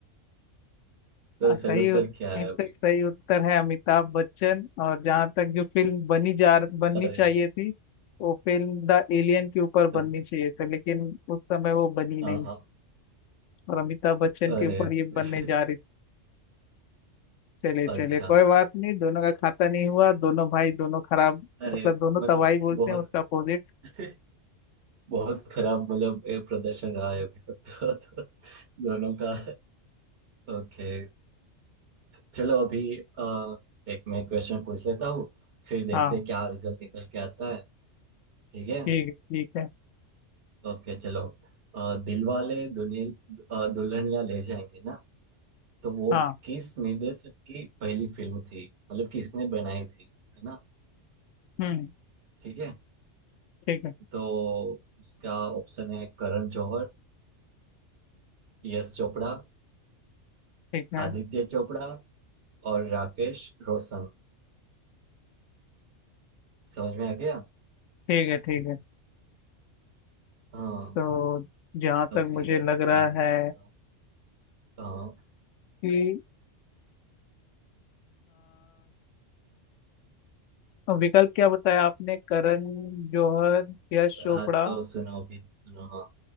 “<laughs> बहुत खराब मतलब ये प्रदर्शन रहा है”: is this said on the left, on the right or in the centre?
Right